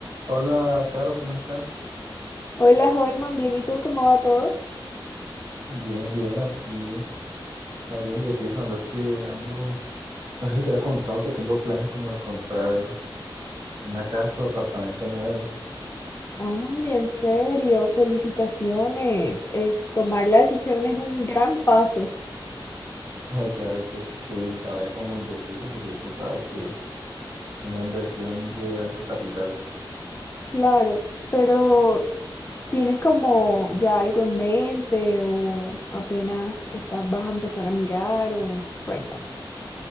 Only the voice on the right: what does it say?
Hola, Caro, ¿cómo estás?
Bien, bien, aquí algo indeciso, ando que ando, no sé si te había contado que tengo planes como de comprar una casa o apartamento nuevo. <laughs>
Claro que sí, estaba como indeciso porque tú sabes que es una inversión de alto capital.